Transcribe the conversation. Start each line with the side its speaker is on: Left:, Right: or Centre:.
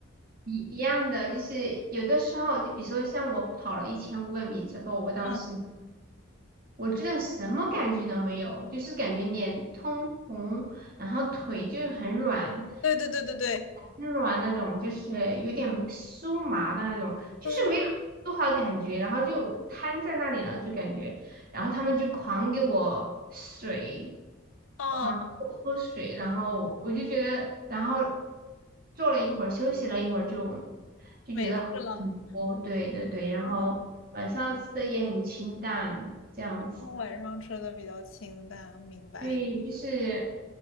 Right: 一一样的，就是有的时候，就比如说像我跑了一千五百米之后，我当时
Left: 嗯，
Right: 我真的什么感觉都没有，就是感觉脸通红，然后腿就是很软。
Left: 对对对对对
Right: 很软那种，就是有点酥麻的那种，就是没有多少感觉，
Left: 对，
Right: 然后就瘫在那里了，就感觉，然后他们就狂给我水，
Left: 哦，
Right: 狂给我喝水，然后我就觉得，然后坐了一会儿，休息了一会儿就，就觉得好很多，
Left: 没事了。
Right: 对对对，然后晚上吃的也很清淡，
Left: 嗯，
Right: 这样子。
Left: 我晚上吃的比较清淡，明白。
Right: 对，就是，